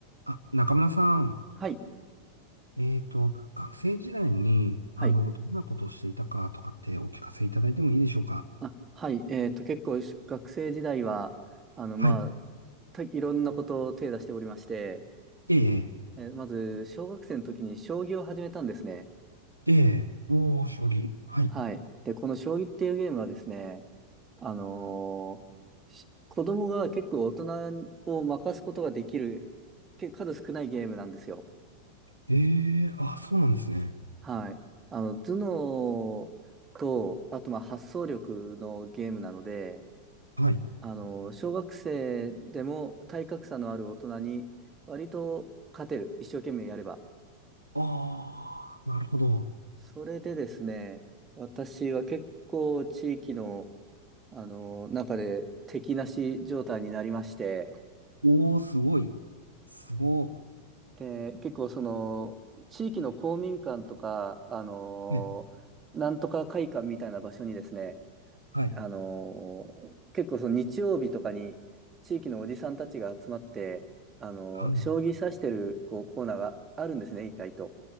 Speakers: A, on the right; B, on the right.
A: あ、中村さん、
B: はい。
A: えっと、学生時代に、
B: はい。
A: あの、どんなことをしていたかとかってお聞かせいただいてもいいでしょうか
B: あ、はい。えっと、結構し学生時代は、あの、まあ、
A: はい。
B: たいろんなことを手出しておりまして、
A: ええ、
B: えーまず、小学生の時に将棋を始めたんですね。
A: ええ、おー、処理。はい。
B: はい。で、この将棋っていうゲームはですね、あのーし子供が結構大人を任すことができる、け数少ないゲームなんですよ。
A: ええ、あ、そうなんですね。
B: はい。あの、頭脳と、あと、まあ、発想力のゲームなので、
A: はい。
B: あの、小学生でも体格差のある大人に割と勝てる。一生懸命やれば。
A: ああ、なるほど。
B: それでですね、私は結構地域の、あの、中で敵なし状態になりまして、
A: おー、すごい。すご
B: で、結構その、地域の公民館とか、あの、
A: い。え、
B: なんとか会館みたいな場所にですね、
A: はい。
B: あのー結構その日曜日とかに地域のおじさんたちが集まって、あのー将棋指してるこうコーナーがあるんですね、
A: あ、ね、
B: 意外と。